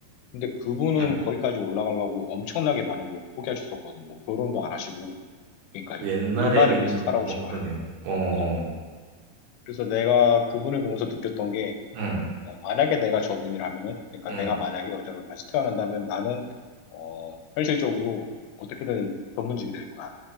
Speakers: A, on the left (about 85°); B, on the right (about 85°).
A: 근데 그분은
B: 응.
A: 거기까지 올라가려고 엄청나게 많은 걸 포기하셨었거든. 뭐, 결혼도 안 하시고. 그러니까
B: 그 옛날에
A: 일만을
B: 비해서
A: 위해서 살아오신
B: 어, 그러네.
A: 거예요.
B: 어,
A: 어. 그래서 내가 그분을 보면서 느꼈던 게,
B: 응,
A: 어, 만약에 내가 저분이라면은, 그러니까
B: 응.
A: 내가 만약에 여자로 다시 태어난다면 나는, 어, 현실적으로 어떻게든 전문직이 될 거야.